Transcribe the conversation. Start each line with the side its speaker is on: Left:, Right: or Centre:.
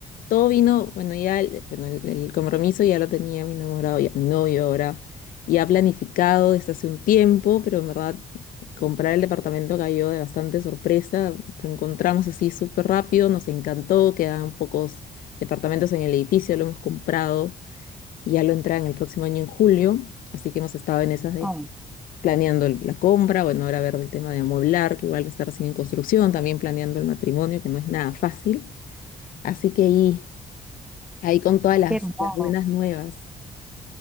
Left: todo vino, bueno, ya el, bueno, el, el compromiso ya lo tenía mi enamorado, ya, mi novio ahora, ya planificado desde hace un tiempo, pero en verdad comprar el departamento cayó de bastante sorpresa, lo encontramos así súper rápido, nos encantó, quedaban pocos departamentos en el edificio, lo hemos comprado, ya lo entra en el próximo año en julio, así que hemos estado en esas de
Centre: Oh,
Left: planeando el- la compra, bueno, ahora ver el tema de amueblar, que igual está recién en construcción, también planeando el matrimonio, que no es nada fácil. Así que ahí Ahí con todas las,
Centre: qué hermoso.
Left: las buenas nuevas.